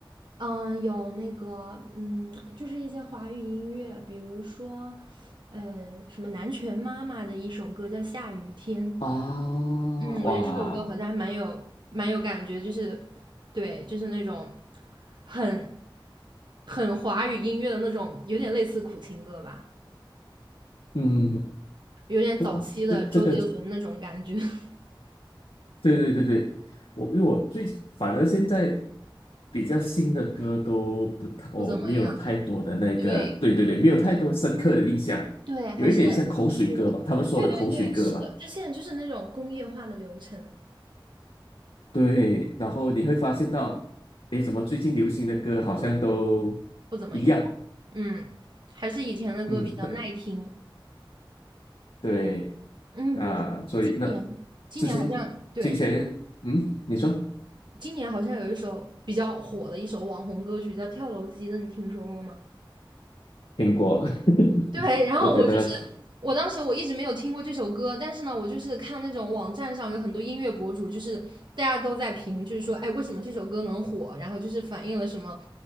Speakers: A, on the right; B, on the left.
A: 嗯，有那个嗯，就是一些华语音乐，比如说，呃，什么南拳妈妈的一首歌叫《下雨天》，
B: 啊，
A: 嗯，
B: 哇，
A: 我觉得这首歌好像还蛮有蛮有感觉，就是对，就是那种很很华语音乐的那种，有点类似苦情歌吧，
B: 嗯，
A: 有点早期的周杰伦那种感觉，
B: 哇，这这个，
A: <laughs>
B: 对对对对，我因为我最反而现在比较新的歌都不太，
A: 不怎么样。
B: 我没有太多的那个，
A: 对
B: 对对对，没有太多深刻的印象，
A: 对，还是
B: 有一点像口水歌吧，
A: 对
B: 他们说的口水歌吧。
A: 对对对，是的，他现在就是那种工业化的流程，
B: 对，然后你会发现到，诶，怎么最近流行的歌好像都
A: 不怎么样。
B: 一样？
A: 嗯，还是以前的歌比较耐听。
B: 嗯，那对
A: 嗯，
B: 啊，
A: 比如说今年，
B: 所以那
A: 今年好像对，
B: 之前之前，嗯，你说
A: 今年好像有一首比较火的一首网红歌曲叫《跳楼机》的，你听说过吗？
B: 听过？<laughs>
A: 对，然后我就是，
B: 我觉得
A: 我当时我一直没有听过这首歌，但是呢，我就是看那种网站上有很多音乐博主，就是大家都在评，就是说，哎，为什么这首歌能火？然后就是反映了什么。